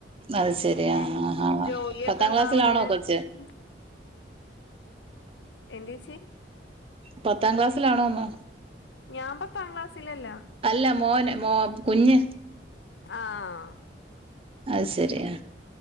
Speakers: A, on the right; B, on the left.
A: അത് ശരി
B: പിന്നെ
A: ആ ആ ആ
B: ജോലിയക്ക
A: പത്താം
B: ഇണ്ടാവണീന്
A: ക്ലാസ്സിലാണോ
B: അൻസരിച്ച്
A: കൊച്ച്
B: എന്ത് ഏച്ചി
A: പത്താ ക്ലാസ്സിലാണോന്ന്
B: ഞാ പത്താ ക്ലാസ്സിലല്ല
A: അല്ല മോന് മോ കുഞ്ഞ്
B: ആഹ്
A: അഹ്സരി